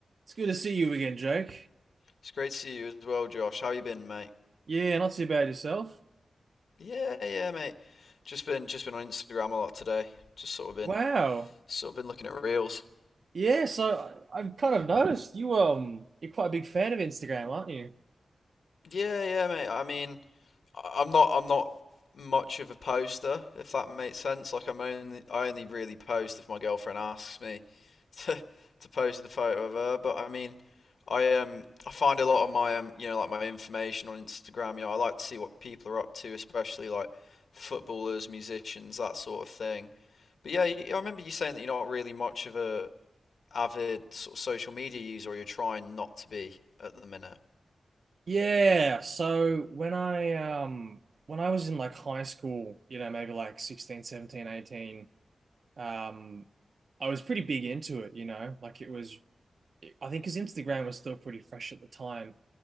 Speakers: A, on the right; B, on the left.
A: It's good to see you again, Jake.
B: It's great to see you as well, Josh. How you been, mate?
A: Yeah, not too bad yourself.
B: Yeah, yeah, mate. Just been just been on Instagram a lot today. Just sort of been
A: Wow.
B: sort of been looking at reels.
A: Yeah, so I- I've kind of noticed you um you're quite a big fan of Instagram, aren't you?
B: Yeah, yeah, mate. I mean, I- I'm not I'm not much of a poster, if that makes sense. Like I'm only I only really post if my girlfriend asks me <laughs> to to post the photo of her. But I mean, I um I find a lot of my um you know like my information on Instagram. You know, I like to see what people are up to, especially like footballers, musicians, that sort of thing. But yeah, you- I remember you saying that you're not really much of a avid sort of social media user, or you're trying not to be at the minute.
A: Yeah, so when I um when I was in like high school, you know, maybe like 16, 17, 18, um I was pretty big into it, you know? Like it was I think 'cause Instagram was still pretty fresh at the time.